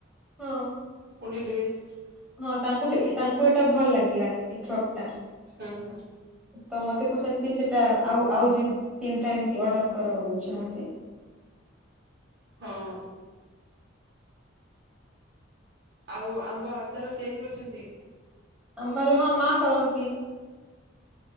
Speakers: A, in the centre; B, on the right.
A: ହଁ।
B: ପୁଣି ଡ୍ରେସ
A: ହଁ ତାଙ୍କୁ ସେ ତାଙ୍କୁ ଏଇଟା ଭଲ ଲାଗିଲା ଏ ଛକ ଟା।
B: ହୁଁ।
A: ତ ମତେ କହୁଛନ୍ତି ସେଟା ଆଉ ଆଉ ଦୁ ତିନିଟା ଏମତି ଅର୍ଡର କରହୁଛ ମତେ।
B: ହଁ। ଆଉ ଆମ୍ବ ଆଚାର ତିଆରି କରିୁଛନ୍ତି?
A: ଆମ ଯ ହ ମା କରନ୍ତି।